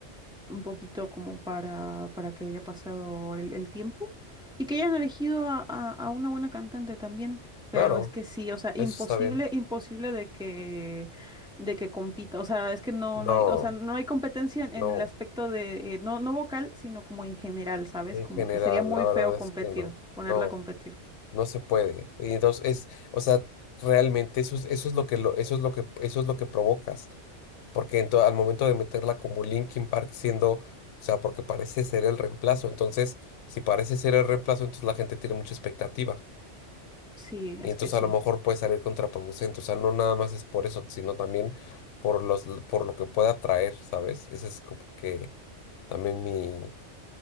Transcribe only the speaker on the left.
claro,
eso está bien.
No,
no,
en
general,
la verdad
es
que no,
no,
no se puede. Y entonces es, o sea, realmente eso es, eso es lo que lo, eso es lo que, eso es lo que provocas. porque en to- al momento de meterla como Linkin Park siendo, o sea, porque parece ser el reemplazo, entonces, si parece ser el reemplazo, entonces la gente tiene mucha expectativa.
Y
entonces
a lo mejor puede salir contraproducente, o sea, no nada más es por eso, sino también por los, por lo que pueda traer, ¿sabes? Ese es como que también mi,